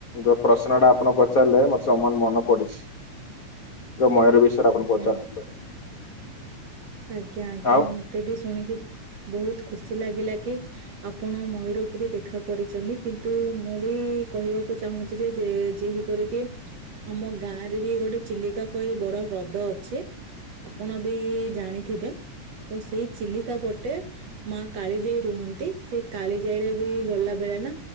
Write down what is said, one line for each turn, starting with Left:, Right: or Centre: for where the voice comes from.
Left: ଯୋଉ ପ୍ରଶ୍ନ ଟା ଆପଣ ପଚାରିଲେ ମତେ ସମାନ ମନ ପଡିଛି। ଯୋଗମୟୂର ବିଷୟରେ ଆପଣ
Right: ଆଜ୍ଞା
Left: ପଚାରୁଥିଲେ।
Right: ଆଜ୍ଞା ଆଜ୍ଞା
Left: ଆଉ
Right: ମତେ ବି ଶୁଣିକି ବହୁତ ଖୁସି ଲାଗିଲା କି ଆପଣ ମୟୂରକୁ ବି ଦେଖା କରିଛନ୍ତି କିନ୍ତୁ ମୁଁ ବି କହିବାକୁ ଚାହୁଁଛି ଯେ ଯେହି କରିକି ଆମ ଗାଁ ରେ ବି ଗୋଟେ ଚିଲିକା କ ବଡ ହ୍ରଦ ଅଛି ଆପଣ ବି ଜାଣିଥିବେ ତ ସେଇ ଚିଲିକା ପଟେ ମା କାଳିଜାଇ ରୁହନ୍ତି ସେ କାଳିଜାଇରେ ବି ଗଲା ବେଳେ ନା